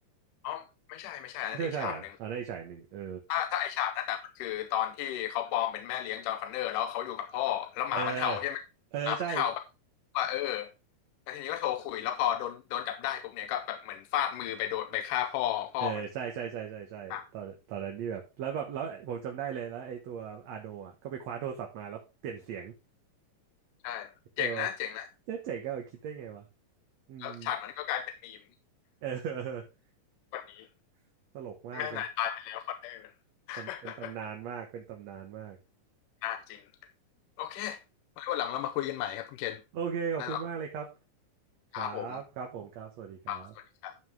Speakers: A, on the left; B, on the right.
A: อ๋อไม่ใช่ไม่ใช่อันนั้นอีกฉากหนึ่ง
B: ไม่ใช่ไม่ใช่เหรอ่ะอ่าในอีกฉากหนึ่งเออ
A: ถ้าถ้าไอฉากนั้นอ่ะมันคือตอนที่เขาปลอมเป็นแม่เลี้ยงจอห์นคอนเนอร์แล้วเขาอยู่กับพ่อแล้วหมามันเห่าใช่ไหมหมามันเห่าแบบ
B: เออเออใช่
A: ว่าเออแล้วทีนี้ก็โทรคุยแล้วพอโดนโดนจับได้ปุ๊บเนี่ยก็แบบเหมือนฟาดมือไปโดนไปฆ่าพ่อพ่อมัน
B: เออใช่ใช่ใช่ใช่ใช่ตอนตอนนั้นนี่แบบแล้วแบบแล้วผมจำได้เลยแล้วไอ้ตัวอาโนอ่ะก็ไปคว้าโทรศัพท์มาแล้วเปลี่ยนเสียง
A: อ่ะใช่เจ๋งนะเจ๋งนะ
B: เออ เจ๊เจ๋งก็เอาคิดได้ไงวะ อืม
A: แล้วฉากนั้นก็กลายเป็นมีม
B: เออ
A: <laughs> วันนี้
B: <laughs> ตลกมากเป็น
A: แม่นายตายไปแล้วคอนเนอร์ <laughs>
B: ตำเป็นตำนานมาก เป็นตำนานมาก
A: นานจริงโอเคไว้วันหลังเรามาคุยกันใหม่ครับคุณเคน
B: โอเค ขอบคุณมากเลยครับ
A: ได้แล้ว
B: ครับ
A: ครับผม
B: ครับผมครับ สวัสดีครับ
A: ครับสวัสดีครับ